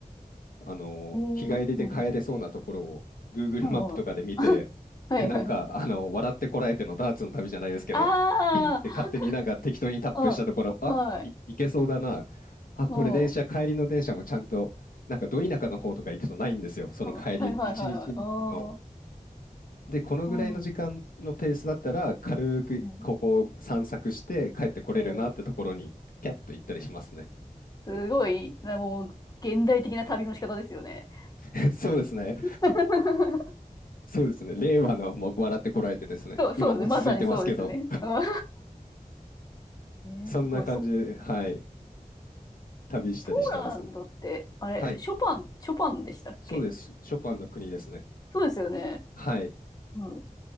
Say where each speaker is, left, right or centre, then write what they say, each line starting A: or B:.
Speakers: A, on the left; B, on the left.
A: あの、
B: えー、
A: 日帰りで帰れそうなところを
B: うん
A: Google
B: うん。
A: マップとかで見て、
B: はいはい。
A: で、なんか、
B: <laughs> はいはい。
A: あの、笑ってこらえてのダーツの旅じゃないですけど、
B: あ
A: ピンって勝手になんか適当にタップしたところ、
B: あ、うん、
A: あ、
B: はい。
A: い、いけそうだな。あ、これ電車、
B: も
A: 帰りの電車もちゃんと、なんかど田舎の方とか行くとないんですよ。その帰り、
B: う、うん、はいはいはいはい。
A: 一日の。
B: ああ、
A: で、このぐらいの時間のペースだったら、
B: うん、う
A: 軽くここを散策して帰ってこれるなってところに、
B: ん、うん。
A: キャッと行ったりしますね。
B: すごい、なもう、現代的な旅の仕方ですよね。
A: <laughs> そうですね。
B: <laughs>
A: そうですね。令和のも笑ってこられてですね。
B: そう、そうですね。
A: 今も続いてますけど。
B: まさにそうですね。<laughs> うんえー、
A: そんな感じで、
B: すごい、そ、
A: はい。旅したりしてますね。
B: ポーランドって、あれ、
A: はい。
B: ショパン、ショパンでしたっけ
A: そうです。ショパンの国ですね。
B: そうですよね。
A: はい。
B: うん。